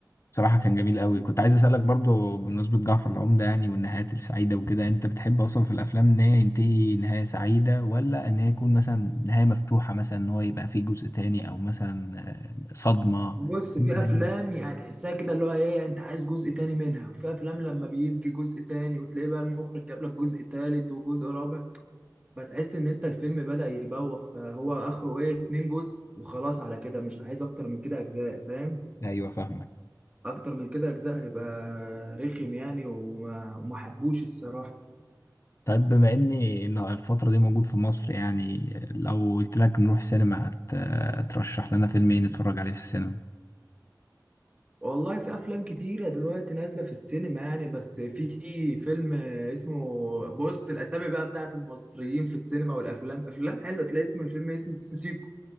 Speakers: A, on the left; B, on the right.
A: بصراحة كان جميل قوي كنت عايز أسألك برضو بمناسبة جعفر العمدة يعني والنهايات السعيدة وكده أنت بتحب أصلا في الأفلام إن هي ينتهي نهاية سعيدة ولا إن هي يكون مثلا نهاية مفتوحة مثلا إن هو يبقى فيه جزء تاني أو مثلا آه، صدمة
B: بص
A: كده؟
B: في افلام يعني تحسها كده اللي هو ايه انت عايز جزء تاني منها وفي افلام لما بيجي جزء تاني وتلاقي بقى المخرج جاب لك جزء تالت وجزء رابع فتحس ان انت الفيلم بدأ يبوخ فهو اخره ايه اتنين جزء وخلاص على كده مش عايز اكتر من كده اجزاء فاهم
A: أيوه فاهمك
B: اكتر من كده اجزاء هيبقى رخم يعني وما وما حبوش الصراحة
A: طيب بما إني إن الفترة دي موجود في مصر يعني لو قلت لك نروح سينما هت- هترشح لنا فيلم إيه نتفرج عليه في السينما؟
B: والله في افلام كتيره دلوقتي نازله في السينما يعني بس في فيلم اسمه بص الاسامي بقى بتاعت المصريين في السينما والافلام افلام حلوه تلاقي اسم الفيلم اسمه سيكو سيكو